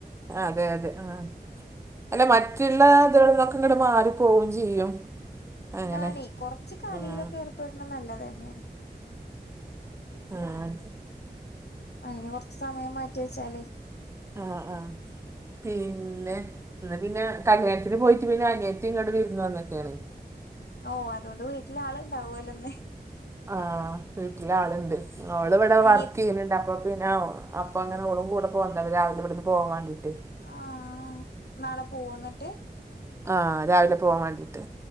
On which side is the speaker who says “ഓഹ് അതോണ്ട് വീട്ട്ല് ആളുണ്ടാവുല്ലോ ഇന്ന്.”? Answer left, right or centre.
Left